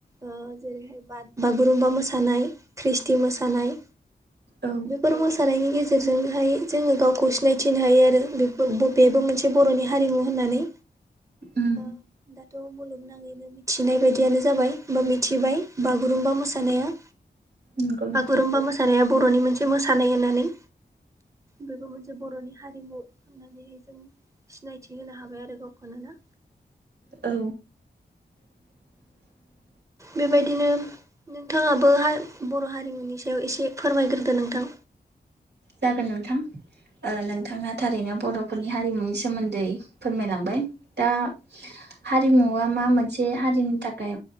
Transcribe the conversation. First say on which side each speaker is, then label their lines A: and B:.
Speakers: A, on the right; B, on the right.
A: ओ जेरैहाय बा-बागुरुमबा मोसानाय ख्रिस्टि मोसानाय।
B: औ
A: बेफोर मोसानायनि गेजेर जों हाय जोङो गावखौ सिनायथिनो हायो आरो बेफो बेबो मोनसे बर'नि हारिमु होननानै
B: उम
A: दा-दाथ' मुलुगनाङैनो मिथिनाय बायदियानो जाबाय बा मिथिबाय बागुरुमबा मोसानाया
B: नंगौ नोंथां
A: बागुरुम्बा मोसानाया बर'नि मोनसे मोसानाय होननानै बेबो मोनसे बर'नि हारिमु होननानैहाय जों सिनायथि होनो हाबाय आरो गावखौनो ना।
B: औ। <inaudible>
A: बेबायदिनो नोंथाङाबो हाय बर' हारिमुनि सायाव एसे फोरमायग्रोदो नोंथां।
B: जागोन नोंथां। ओ नोंथाङा थारैनो बर'फोरनि हारिमुनि सोमोन्दै फोरमायलांबाय। दा हारिमुवा मा मोनसे हारिनि थाखाय।